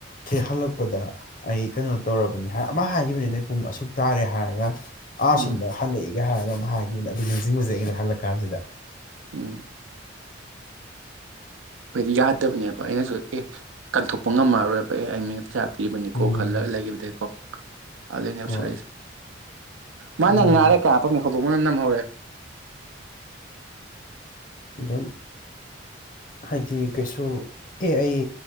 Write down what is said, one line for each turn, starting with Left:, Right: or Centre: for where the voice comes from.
Left: ꯊꯦꯛꯍꯜꯂꯛꯄꯗ ꯑꯩ ꯀꯩꯅꯣ ꯇꯧꯔꯕꯅꯤ ꯑꯃ ꯍꯥꯏꯈꯤꯕꯅꯤꯅꯦ ꯄꯨꯡ ꯑꯁꯨꯛ ꯇꯥꯔꯦ ꯍꯥꯏꯔꯒ ꯑꯥ
Right: ꯎꯝ
Left: ꯁꯗꯔ ꯍꯂ ꯂꯩ ꯍꯥꯏꯔꯒ ꯑꯃ ꯍꯥꯏꯈꯤꯕꯅꯤ ꯑꯗꯨ ꯅꯤꯡꯁꯤꯡꯕꯁꯦ ꯑꯩꯩꯅ ꯍꯜꯂꯛ ꯀꯥꯟꯁꯤꯗ <unintelligible> <inaudible>
Right: ꯎꯝ ꯑꯩꯈꯣꯏꯗꯤ ꯌꯥꯗꯕꯅꯦꯕ ꯑꯩꯅꯁꯨ ꯑꯦ ꯀꯟꯊꯣꯛꯄ ꯉꯝꯃꯔꯣꯏꯕ ꯑꯦ ꯑꯩ <unintelligible> ꯄꯤꯕꯅꯤꯀꯣ
Left: ꯎꯝ
Right: ꯈꯜꯂꯒ ꯂꯩꯈꯤꯕꯗꯩꯀꯣ ꯑꯗꯩꯅꯦꯕ
Left: ꯍꯣꯏ
Right: ꯁꯣꯏꯔꯛꯏꯁꯦ ꯃꯥꯅ
Left: ꯃꯥꯅꯦ
Right: ꯉꯥꯏꯍꯥꯛ ꯂꯩꯔꯒ <unintelligible> <unintelligible>
Left: ꯑꯗꯨꯝ ꯍꯥꯏꯗꯤ ꯀꯩꯁꯨ ꯑꯦ ꯑꯩ